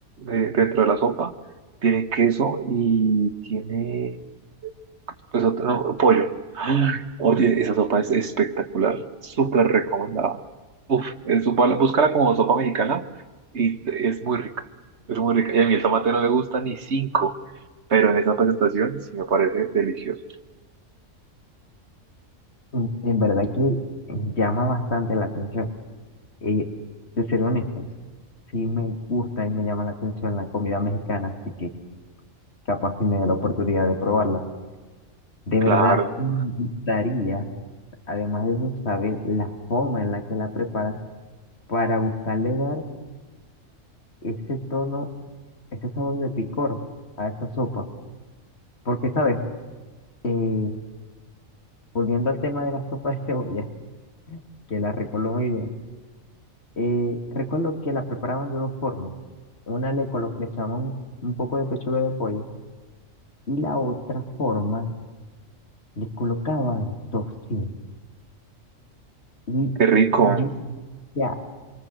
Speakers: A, on the right; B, on the left.
A: eh, dentro de la sopa, tiene queso y tiene pues otro, no, pollo. Oye, esa sopa es espectacular, súper recomendada. Uf, es sopa, búscala como sopa mexicana y t- es muy rica, es muy rica. Y a mí el tomate no me gusta ni cinco, pero en esa presentación sí me parece delicioso.
B: En en verdad que llama bastante la atención. Eh, de ser honesto, sí me gusta y me llama la atención la comida mexicana, así que capaz si me dé la oportunidad de probarla. De
A: Claro,
B: verdad, me gustaría, además de eso, saber la forma en la que la preparan para buscarle dar ese tono, ese sabor de picor a esa sopa. Porque, ¿sabes? Eh, volviendo al tema de la sopa de <laughs> cebolla, que la recuerdo muy bien, eh, recuerdo que la preparaban de dos formas. Una le, colo- le echaban un un poco de pechuga de pollo y la otra forma le colocaba tocino. Y
A: qué rico,
B: yo, ya,